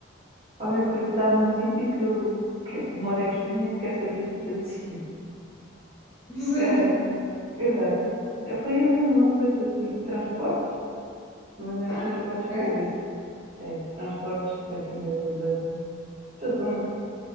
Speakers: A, on the right; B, on the left.
A: Olha, fui votar num sítio que eu que moro aqui, nem sequer sabia que aquilo existia.
B: <laughs> Sério?
A: É, exato. Eh, Foi ali uma coisa assim de transportes, mas não é
B: Ah,
A: transportes
B: ok.
A: públicos, é transportes daqui da, da, da zona,